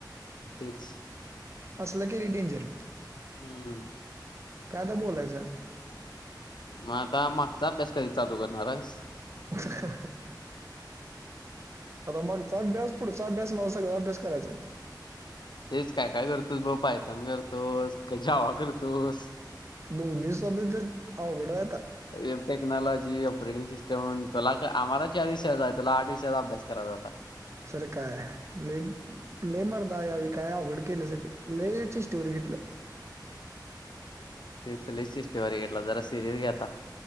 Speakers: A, on the left; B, on the right.
A: तेच
B: असलं केलंय डेंजर
A: हम्म
B: काय आता बोलायचं
A: म आता मागचा अभ्यास कधी चालू करणार आहेस
B: <unintelligible> आता मागचा अभ्यास पुढचा अभ्यास मला सगळा अभ्यास करायचा आहेत
A: तेच काय काय करतोस बघ पायतान करतोस का जावा करतोस
B: दोन्ही <unintelligible> आवघड आहे आता
A: एरटेक टेक्नॉलॉजी ऑपरेटिंग सिस्टम तुला क आम्हाला चार विषय आहेत बाळ तुला आठ विषयाचा अभ्यास करायचा आहे आता
B: असूदे काय आहे लई लयं मर्दा यावेळी काय अवघड केलय सगळ लयं चेष्टेवारी घेतलं
A: तेच लयं चेष्टेवारी घेतलास जरा सिरिअस घे आता